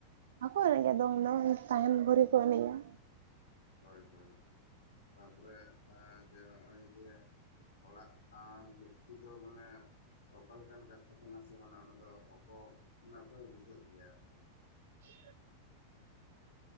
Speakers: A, on the right; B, on the left.
A: ᱵᱟᱠᱚ ᱮᱱᱮᱡᱼᱟ ᱫᱚᱝ ᱫᱚ ᱛᱟᱦᱮᱱ ᱵᱷᱳᱨᱤ ᱠᱚ ᱮᱱᱮᱡᱼᱟ ᱾
B: ᱦᱳᱭ ᱦᱳᱭ ᱛᱟᱯᱚᱨᱮ ᱡᱮ ᱱᱚᱜᱼᱚᱭ ᱡᱮ ᱚᱲᱟᱜ ᱟᱸᱻ ᱞᱚᱠᱷᱤ ᱫᱚ ᱢᱟᱱᱮ ᱚᱠᱟ ᱞᱮᱠᱟᱱ ᱠᱟᱛᱷᱟ ᱠᱟᱱᱟ ᱥᱮ ᱢᱟᱱᱮ ᱚᱱᱮ ᱫᱚ ᱚᱠᱚ <unintelligible> ᱚᱠᱚᱭ ᱵᱩᱡᱷᱟᱹᱜ ᱜᱮᱭᱟ ᱟᱨᱠᱤ ᱾
A: <unintelligible>